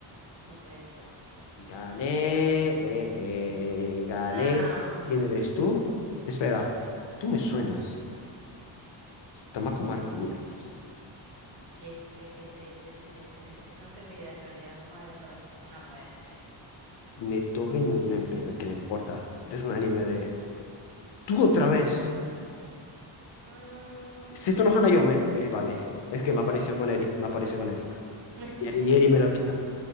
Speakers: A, on the right; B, on the left.
A: No puede ser.
B: Gané, eh, eh, gané.
A: No.
B: ¿Quién eres tú? Espera, tú me suenas. Tamako Mark, miércoles.
A: Este, que te, te, te, te, te, te- te- No tengo idea en realidad. Vamos a darle esto a ver. No puede ser.
B: Netoge, no, no, en fin, ¿qué le importa? Este es un anime de... ¡Tú otra vez!
A: Mm,
B: Seto no Hanayome. Eh, vale, es que me apareció
A: rayo.
B: con Eri, me apareció con Erika.
A: <laughs>
B: Y Eri, y Eri me lo quitó.